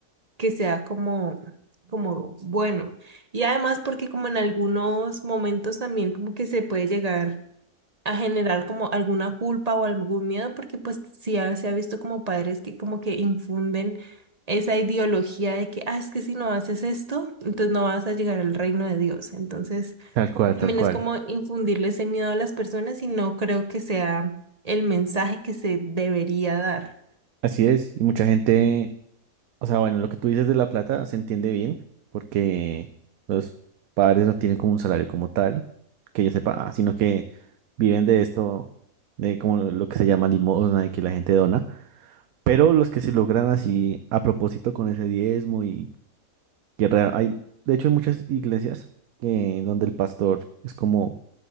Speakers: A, on the right; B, on the right.
A: que sea como, como bueno. Y además porque como en algunos momentos también como que se puede llegar a generar como alguna culpa o algún miedo, porque pues sí ha- se ha visto como padres que como que infunden esa ideología de que, ah, es que si no haces esto, entonces no vas a llegar al reino de Dios. Entonces
B: Tal cual,
A: también
B: tal cual.
A: es como infundirle ese miedo a las personas y no creo que sea el mensaje que se debería dar.
B: Así es. Y mucha gente, o sea, bueno, lo que tú dices de la plata se entiende bien, porque los padres no tienen como un salario como tal, que yo sepa, ah, sino que viven de esto, de como lo que se llama limosna y que la gente dona. Pero los que se logran así a propósito con ese diezmo y que rea- hay, de hecho, hay muchas iglesias que donde el pastor es como